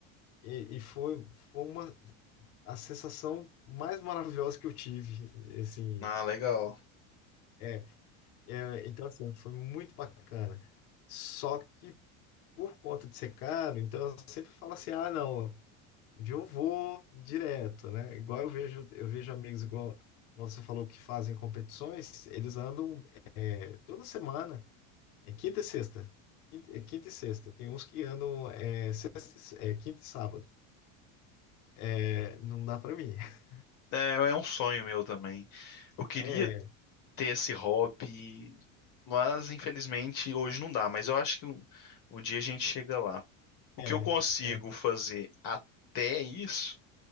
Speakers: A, on the left; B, on the left.
A: e, e foi, foi uma a sensação mais maravilhosa que eu tive, <laughs> assim,
B: Ah, legal.
A: é, é, então assim, foi muito bacana. Só que por conta de ser caro, então eu sempre falo assim, ah, não, um dia eu vou direto, né? Igual eu vejo, eu vejo amigos igual igual você falou que fazem competições, eles andam é, toda semana. É quinta e sexta. Quinta, é quinta e sexta. Tem uns que andam é, sexta e- é quinta e sábado. É, não dá pra mim. <laughs>
B: É, é um sonho meu também. Eu queria
A: É,
B: ter esse hobby, mas infelizmente hoje não dá. Mas eu acho que um, um dia a gente chega lá. O
A: é,
B: que eu consigo
A: é.
B: fazer até isso